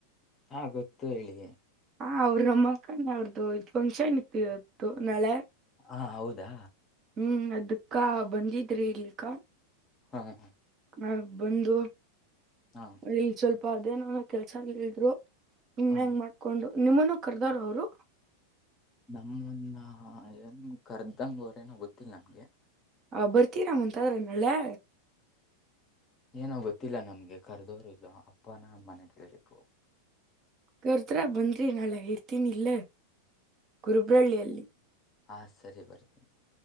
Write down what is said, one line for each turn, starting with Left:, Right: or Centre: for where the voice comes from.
Left: ಹಾ ಗೊತ್ತು ಹೇಳಿ
Right: ಹಾ ಅವ್ರಮ್ಮಕ್ಕಣ ಅವ್ರ್ದು ಫಂಕ್ಷನ್ ಇತ್ತು ಇವತ್ತು ನಾಳೆ
Left: ಹಾ ಹೌದಾ
Right: ಹ್ಮ್ ಅದಕ್ಕ ಬಂದಿದ್ರಿ ಇಲಿಕ್ಕ
Left: ಹಾ ಹ ಹಾ
Right: ಆ ಬಂದು
Left: ಹಾ
Right: ಇಲ್ಲಿ ಸ್ವಲ್ಪ ಅದೇನನ ಕೆಲ್ಸ ಹೇಳ್ರು ನಿಮ್
Left: ಹ
Right: ಹೆಂಗ್ ಮಾಡ್ ಹಕೊಂಡು ನಿಮ್ಮನ್ನು ಕರ್ದಾರ್ ಅವ್ರು
Left: ನಮ್ಮನ್ನು ಏನು ಕರೆದಂಗಗೆ ಅವರೇನೋ ಗೊತ್ತಿಲ್ಲ ನಮಗೆ
Right: ಆ ಬರ್ತೀರಾಮ ಅಂತದ್ರೆ ನಳ್ಳೆ
Left: ಏನೋ ಗೊತ್ತಿಲ್ಲ ನಮ್ಗೆ ಕರ್ದೋರು ಇಲ್ಲ ಅಪ್ಪನ ಮನೆ ಕೇಬೇಕು
Right: ಕರ್ದ್ರ ಬಂದ್ರಿ ನಾಳೆ ಇರ್ತೀನಿ ಇಲ್ಲ ಗುರುಬ್ರಳ್ಳಿಯಲ್ಲಿ
Left: ಹಾಂ ಸರಿ ಬರ್ತೀನಿ